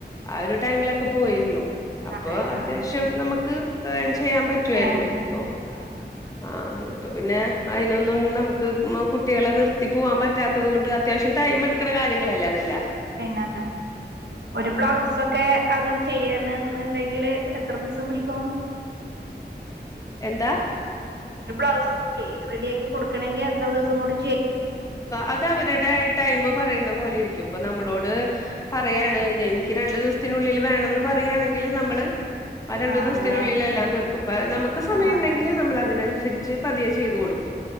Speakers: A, on the left; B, on the right.
A: ആ ഒരു ടൈമിലൊക്കെ പോയിരുന്നു. അപ്പൊ
B: അതെ
A: അത്യാവശ്യം
B: ആഹ്
A: നമുക്ക് ഏ ചെയ്യാൻ പറ്റുവായിരുന്നു.
B: ഏൺ
A: ഇപ്പോ
B: ചെയ്യ ആഹ്
A: ആ ഇപ്പ പിന്നെ അതിനൊന്നും നമുക്ക് കുട്ടികളെ
B: സമയം
A: നിർത്തി പോവാൻ പറ്റാത്ത കൊണ്ട് അത്യാവശ്യം ടൈം എടുക്ക ക യങ്ങളല്ല അതല്ല
B: ആഹ് പിന്നെന്താ ഒരു ബ്ലൗസ് ഒക്കെ അത് ചെയ്യന്നുണ്ടെങ്കില് എത്ര ദിവസം പിടിക്കും.
A: എന്താ
B: ഒരു ബ്ലൗസക്കെ റെഡി ആക്കി കൊടുക്കണങ്കിൽ എത്ര ദിവസം കൂടി
A: അത് അവരുടെ ടൈം പറയുന്ന പോലെ ഇരിക്കും. അപ്പൊ നമ്മളോട് പറയാണ് ഞാൻ എനിക്ക് രണ്ടു ദിവസത്തിനുള്ളിൽ വേണന്ന് പറയയാണ നമ്മ രണ്ടു
B: ആഹ്
A: ദിവസത്തിനുള്ളിലെല്ലാം
B: അങ്ങനെ
A: തീർക്കും. നമുക്ക് സമയ
B: ആഹ്
A: ഉണ്ടെങ്കിൽ നമ്മൾ അതിനനുസരിച്ച് ച്ച് പതിയെ ചെയ്തു കൊടുക്കും.